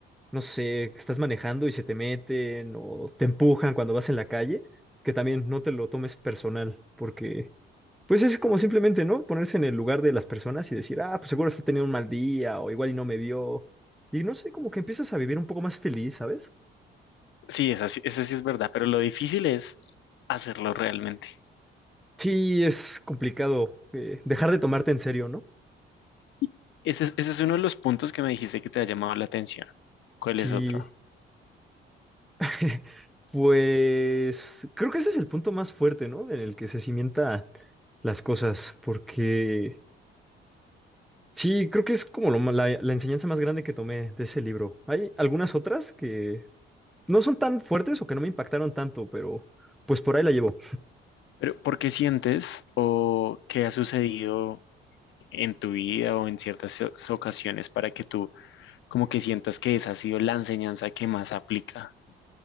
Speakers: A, in the centre; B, on the left (about 65°).
A: no sé, estás manejando y se te meten o te empujan cuando vas en la calle, que también no te lo tomes personal, porque pues es como simplemente, ¿no? Ponerse en el lugar de las personas y decir, ah, pues seguro está teniendo un mal día o igual y no me vio. Y no sé, como que empiezas a vivir un poco más feliz, ¿sabes?
B: Sí, esa, sí- esa sí es verdad, pero lo difícil es hacerlo realmente.
A: Sí, es complicado eh, dejar de tomarte en serio, ¿no?
B: Y Ese es, ese es uno de los puntos que me dijiste que te ha llamado la atención. ¿Cuál
A: Sí,
B: es otro?
A: <laughs> pues creo que ese es el punto más fuerte, ¿no? En el que se cimientan las cosas, porque Sí, creo que es como lo ma- la, la enseñanza más grande que tomé de ese libro. Hay algunas otras que no son tan fuertes o que no me impactaron tanto, pero pues por ahí la llevo.
B: Pero, ¿por qué sientes o qué ha sucedido en tu vida o en ciertas o- ocasiones para que tú como que sientas que esa ha sido la enseñanza que más aplica?